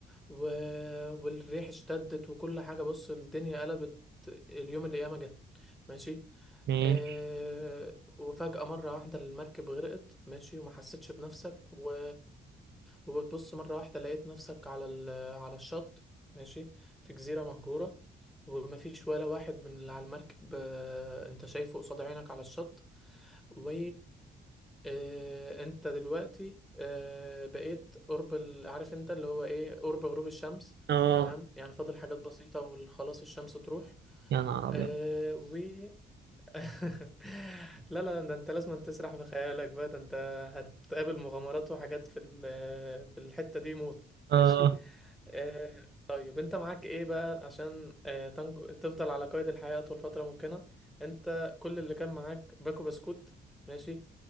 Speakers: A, in the centre; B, on the right (about 60°).
A: و... والريح اشتدت وكل حاجة بص الدنيا قلبت اليوم اللي ياما جه ماشي
B: ماشي
A: آه، وفجأة مرة واحدة المركب غرقت ماشي وما حسيتش بنفسك و... وبتبص مرة واحدة لقيت نفسك على ال... على الشط ماشي في جزيرة مهجورة ومفيش ولا واحد من اللي على المركب آه، انت شايفه قصاد عينك على الشط و آه، انت دلوقتي آه، بقيت قرب ال... عارف انت اللي هو ايه قرب غروب الشمس
B: اه
A: تمام يعني فاضل حاجات بسيطة وخلاص الشمس تروح
B: يا نهار
A: آه،
B: ابيض
A: <laughs> لا لا ده انت لازم تسرح في خيالك بقى ده انت هتقابل مغامرات وحاجات في ال- في الحتة دي موت
B: اه
A: ماشي آه، طيب انت معاك ايه بقى عشان آه، تنجو تفضل على قيد الحياة اطول فترة ممكنة انت كل اللي كان معاك باكو بسكوت ماشي